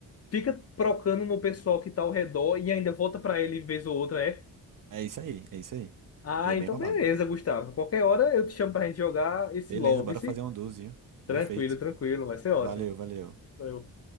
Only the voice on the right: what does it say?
É isso aí, é isso aí.
E é bem
roubado.
Beleza,
bora
fazer um duzinho.
Perfeito.
Valeu, valeu.